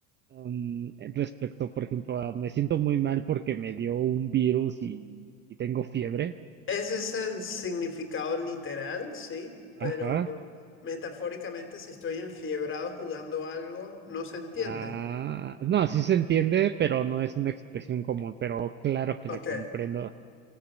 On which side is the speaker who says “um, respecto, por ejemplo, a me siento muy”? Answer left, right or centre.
Right